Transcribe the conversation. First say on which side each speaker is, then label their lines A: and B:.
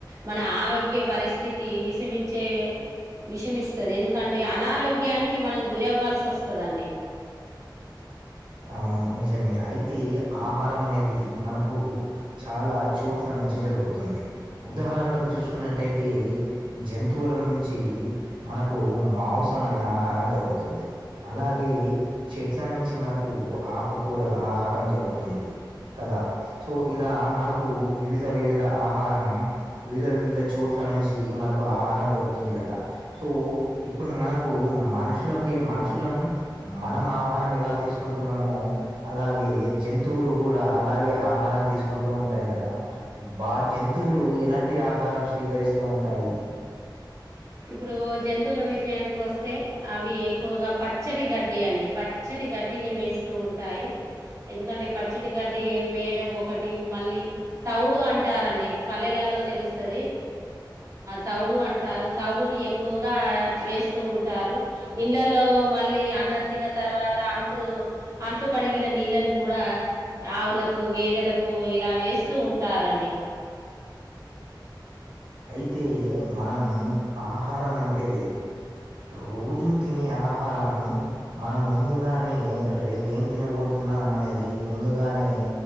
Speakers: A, on the right; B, on the right.
A: మన ఆరోగ్య పరిస్థితి విషమించే విషమిస్తాది. ఎందుకంటే అనారోగ్యానికి మనం గురవ్వాల్సి వస్తాదండీ. <inaudible>
B: అవును నిజమే. అయితే ఆహారం అనేది మనకు చాలా చోట్ల నుంచి జరుగుతుంది. ఉదాహరణకు చూసుకున్నట్టయితే జంతువుల నుంచి మనకు మాంసం అనే ఆహారం దొరుకుతుంది. అలాగే చెట్ల నుంచి మనకు ఆకుకూరల ఆహారం దొరుకుతుంది. కదా సో ఇలా మనకు వివిధ వివిధ ఆహారం, వివిధ వివిధ చోట్ల నుంచి మనకు ఆహారం దొరుకుతుంది కదా, సో ఇప్పుడు మనకు మనుషులకి మనుషులం మనం ఆహారం ఎలా తీసుకు ంటున్నామో అలాగే జంతువులు కూడా అలాగే ఆహారం తీసుకుంటూ ఉంటాయి కదా, వారి జంతువులు ఎలాంటి ఆహారం స్వీకరిస్తూ ఉంటాయి.
A: <inaudible> ఇప్పుడు జంతువుల విషయానికి వస్తే అవి ఎక్కువగా పచ్చటి గడ్డి అండి పచ్చటి గడ్డిని మేస్తూ ఉంటాయి. ఎందుకంటే పచ్చటి గడ్డి వేయడం ఒకటి మళ్ళీ తౌడు అంటారండి. పల్లెలలో తెలుస్తుంది తౌడు అంటారు తౌడుని ఎక్కువగా వేస్తూ ఉంటారు ఇండ్ల లో మళ్ళీ అన్నం తిన్న తర్వాత అంట్లు కడిగిన నీళ్ళలను కూడా ఆవులకు, గేదెలకు ఇలా వేస్తూ ఉంటారండి.
B: అయితే మనం ఆహారం అంటే, రోజూ తినే ఆహారం. మనం ముందుగానే, రేపు ఏం తినబోతున్నాం అనే అది ముందుగానే